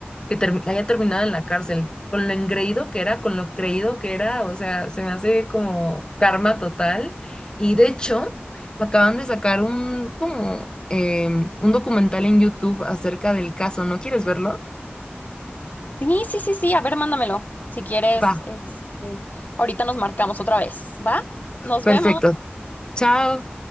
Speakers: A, on the left (about 20°); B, on the left (about 45°).
A: que ter- haya terminado en la cárcel, con lo engreído que era, con lo creído que era, o sea, se me hace como karma total. Y de hecho, acaban de sacar un, como, em, un documental en YouTube acerca del caso. ¿No quieres verlo?
B: Sí, sí, sí, sí, a ver, mándamelo. Si quieres,
A: Va,
B: este, ahorita nos marcamos otra vez, ¿va? Nos
A: perfecto.
B: vemos.
A: Chao.